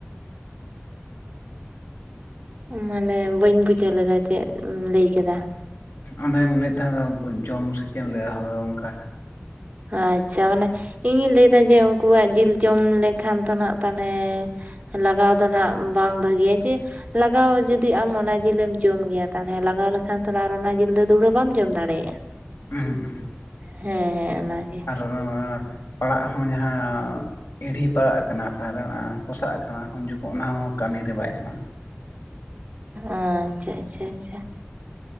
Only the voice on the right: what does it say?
ᱢᱟᱱᱮ ᱵᱟᱹᱧ ᱵᱩᱡᱷᱟᱹᱣ ᱞᱮᱫᱟ ᱪᱮᱫ ᱮᱢ ᱞᱟᱹᱭ ᱠᱮᱫᱟ᱾
ᱟᱪᱪᱷᱟ ᱢᱟᱱᱮ ᱤᱧᱤᱧ ᱞᱟᱹᱭᱫᱟ ᱡᱮ ᱩᱱᱠᱩᱣᱟᱜ ᱡᱤᱞ ᱡᱚᱢ ᱞᱮᱠᱷᱟᱱ ᱛᱚ ᱱᱟᱜ ᱛᱟᱦᱚᱞᱮ ᱞᱟᱜᱟᱣ ᱫᱚ ᱱᱟᱜ ᱵᱟᱝ ᱵᱷᱟᱹᱜᱤᱭᱟ ᱡᱮ ᱞᱟᱜᱟᱣ ᱡᱩᱫᱤᱢ ᱟᱢ ᱚᱱᱟ ᱡᱮᱞᱮᱢ ᱡᱚᱢ ᱜᱮᱭᱟ ᱛᱟᱦᱚᱞᱮ ᱞᱟᱜᱟᱣ ᱞᱮᱠᱷᱟᱱ ᱛᱚ ᱟᱨ ᱚᱱᱟ ᱡᱤᱞ ᱫᱚ ᱫᱩᱦᱲᱟᱹ ᱵᱟᱢ ᱡᱚᱢ ᱫᱟᱲᱮᱭᱟᱜ-ᱟ᱾
ᱦᱮᱸ ᱦᱮᱸ ᱚᱱᱟᱜᱮ
ᱟᱪᱪᱷᱟ ᱟᱪᱪᱷᱟ ᱟᱪᱪᱷᱟ᱾